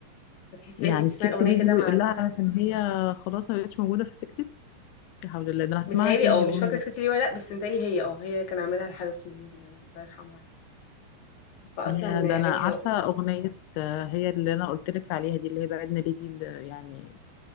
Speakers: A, on the left; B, on the left.
A: فتحسي
B: يعني
A: بقى انتي بتسمعي
B: سكت
A: الاغنيه
B: ليه
A: كده
B: اللي
A: مع
B: بيقول
A: القصه
B: لها علشان هي خلاص ما بقتش موجودة فسكتت لا حول الله ده انا هسمعها
A: متهيألي
B: تاني
A: اه مش
B: الأغنية
A: فاكرة
B: دي
A: سكتي ليه ولا لأ بس متهيألي هي اه هي كان عاملها لحبيبته دي اللي الله يرحمها يعني فأصلا
B: يا ده انا
A: أغاني
B: عارفة
A: حلوة
B: أغنية آه، هي اللي انا قلت لك عليها دي اللي هي بعدنا ليه دي اللي يعني